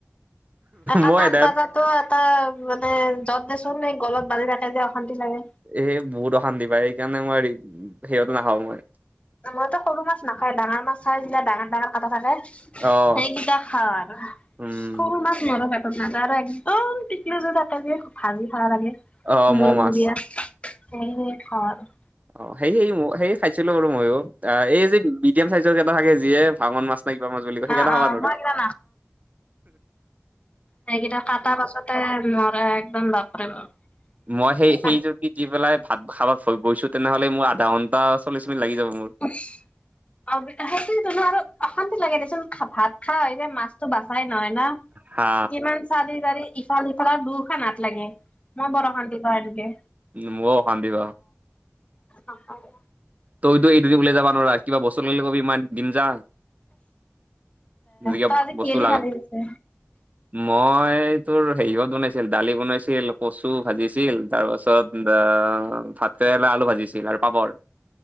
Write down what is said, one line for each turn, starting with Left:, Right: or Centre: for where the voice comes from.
Left: এটাাত
Right: মই এদায়ত
Left: বজাত তটো এটা মানে যত দেচোন এই গলত বান্ধি ৰাখে যে অশান্তি লাগে
Right: এ বহুত অশান্তি পায় সেইকাৰণে মই সিহঁততে নাখাওঁ মই
Left: মইতো সৰু মাছ নাখায় ডাঙৰ মাছ খাই যেতিয়া ডাঙৰ ডাঙৰ কথা থাকে সেইকেইটা
Right: অ'
Left: খাৰ
Right: উম
Left: খৰু মাছ নৰ পাতত নাযায় আৰু একদম টিকলি যে তাতে যে ভাজি খা লাগে
Right: অ'
Left: মূৰমূৰিয়া
Right: ম'হ মাছ
Left: সে আৰু
Right: অ সে সে সেইয় খাইছিলো বাৰু ময়ো অ এই যে মিডিয়াম চাইজৰ কেইটা থাকে যিয়ে ভাঙন মাছ নাই কিবা মাছ বুলি কয় সেইকেইটা
Left: অ' অ'
Right: হবা ন
Left: মই
Right: দ
Left: এইকেইটা সেইকেইটা কটাাৰ পাছতে মৰা একদম ল কৰেৰে বাৰু
Right: মই সেই
Left: ইমান
Right: সেই যদি দি পেলাই ভাত খাবাত গৈছো তেনেহলে মোৰ আধা ঘণ্টা চল্লিশ মিনিট লাগি যাব মোৰ
Left: অ সেইটোনো আৰু অশান্তি লাগে দেচোন ভাত খা যে মাছ বাচাই নহয় না
Right: হা
Left: ইমান চাৰি চাৰি ইফাল সফালৰ দুশ নাত লাগে মই বৰ অশান্তি পওঁ এনেকে
Right: উ ম শ দ বাা
Left: অ হয়
Right: তইতো এই দুিন ল যাব নোৱাৰা কিবা বস্তু নিলে কবি ইমান দিম যা গতিকে
Left: ত আজি কি
Right: বস্তু
Left: দি
Right: লাগা
Left: খালি গছে
Right: মই তোৰ হেৰিয়ত বনাইছিল দালি বনাইছিল কচু ভাজিছিল তাৰ পাছত ভাত কেেৰেে আলু ভাজিছিল আৰু পাপৰ